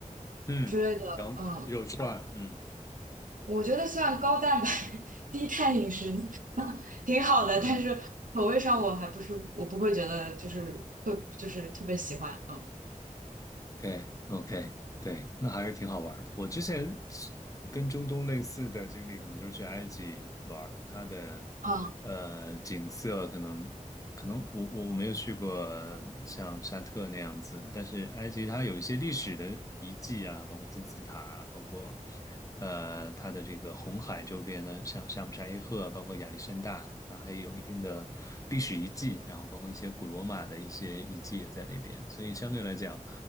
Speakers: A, on the left (about 25°); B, on the right (about 80°).
A: 嗯，
B: 之类的，
A: 然后肉串儿嗯
B: 嗯，我觉得虽然高蛋白 <laughs> 低碳饮食挺好的，
A: 嗯。
B: 但是口味上我还不是我不会觉得就是特就是特别喜欢，嗯
A: OK OK，对，那还是挺好玩儿的。我之前跟中东类似的经历，可能就是去埃及玩儿，它的呃景色可能可能我我我没有去过
B: 嗯
A: 像沙特那样子，但是埃及它有一些历史的遗迹啊，包括金字塔啊，包括呃它的这个红海周边的，像沙姆沙伊赫啊，包括亚历山大，它还有一定的历史遗迹，然后包括一些古罗马的一些遗迹也在那边，所以相对来讲。